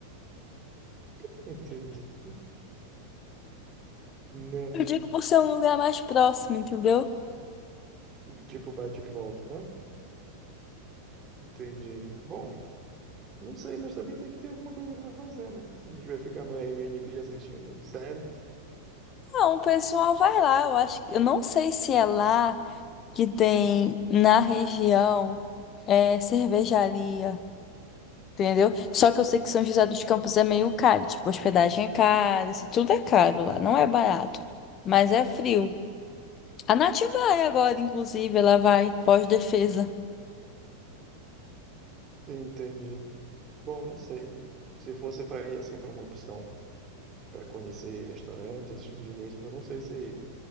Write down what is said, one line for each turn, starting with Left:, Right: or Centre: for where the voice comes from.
Right: <laughs> Entendi. Não.
Left: Eu digo por ser um lugar mais próximo, entendeu?
Right: Tipo bate e volta, né? Entendi. Bom, não sei, mas também tem que ter alguma coisa para fazer, né? A gente vai ficar no Airbnb assistindo série?
Left: Não, o pessoal vai lá, eu acho que eu não sei se é lá. que tem na região é cervejaria, entendeu? Só que eu sei que São José dos Campos é meio caro, tipo, hospedagem é cara, isso tudo é caro lá, não é barato, mas é frio. A Nath vai agora, inclusive, ela vai pós-defesa.
Right: Entendi. Bom, não sei. Se fosse para ir assim para uma opção para conhecer restaurante, esse tipo de coisa. Eu não sei se